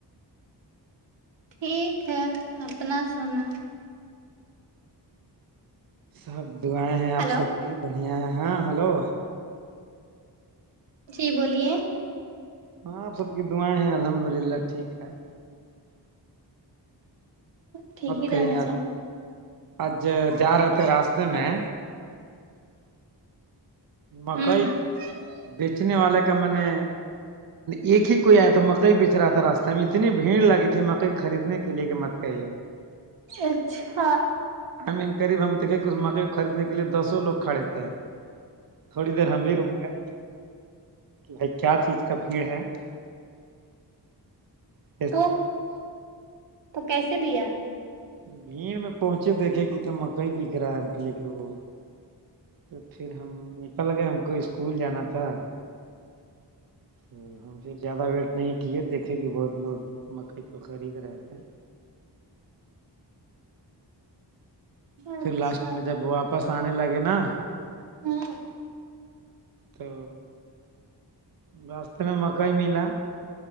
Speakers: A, on the right (about 85°); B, on the right (about 55°).
A: ٹھیک ہے اپنا سنا
B: سب دعائیں ہیں آپ
A: ہلو
B: سب کی بڑھیا ہے ہاں ہلو
A: جی بولیے
B: ہاں آپ سب کی دعائیں ہیں الحمد للہ ٹھیک ہے
A: ٹھیک
B: اوکے
A: ہی رہنا
B: آ آج جا رہے تھے راستے میں
A: چاہیے
B: مکئی بیچنے والے کا میں نے ایک ہی کوئی آیا تھا مکئی بیچ رہا تھا راہ ہم اتنی بھیڑ لگی تھی مکئی خریدنے کے لیے کہ مت کہیے
A: اچھا
B: این قریب ہم دیکیںے کہ اس مکئی کو خریدنے کے لیے دوسوں لوگ کھے تھ ہیں تھوڑی دیر ہم بھی رک گئے بھائی کیا چیز کا بھیڑ ہے ا <unintelligible>
A: تو تو کیسے دیا
B: بھیڑ میں پہنچے دیکھے کہ تو مکئی بک رہا ہے ہم لے کے وہ تو پھر ہم نکل گئے ہم کو اسکول جانا تھا تو ہم پھر زیادہ ویٹ نہیں کیے دیکھے کہ بہت لوگ مکئی کو خرید رہے تھے پھر
A: اچھا
B: لاسٹ میں جب واپس آنے لگے نا
A: ہوں
B: تو راستے میں مکئی ملا